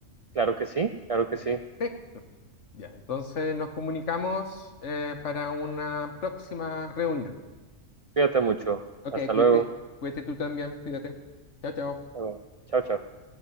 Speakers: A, on the right; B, on the left.
A: claro que sí, claro que
B: Perfecto.
A: sí,
B: Ya, entonces nos comunicamos eh, para una próxima reunión.
A: cuídate mucho,
B: Ok,
A: hasta
B: cuídate,
A: luego,
B: cuídate tú también, cuídate. Chao, chao.
A: Hasta luego. chao, chao.